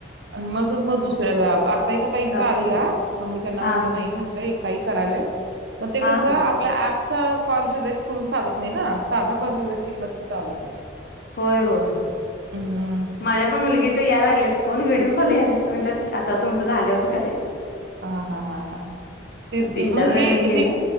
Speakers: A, on the right (about 60°); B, on the left (about 50°).
A: आण् मगच मग दुसऱ्याला <unintelligible> ताईक ताईंचा
B: चालते
A: आलेला,
B: चालेल
A: म मी त्यांना
B: हा
A: म्हटलं
B: हा
A: नाही म्हटलं एक ताई करालेत. म ते
B: हा
A: कसं
B: हा
A: आपल्या ऍप चं कॉल रिजेक्ट करून चालत नाई ना. साधा कॉल रिजेक्ट केला तर चालतोय.
B: होय-होय,
A: हम्म.
B: माझ्या पण मुलगीचं या लागलेत. फोन व्हिडिओ कॉल यालेत म्हटलं आता तुमचं झाल्यावर करायचं.
A: आ हा हा ह ह तेच की
B: तीन
A: मग
B: चार वेळाने
A: हे
B: गेले
A: हे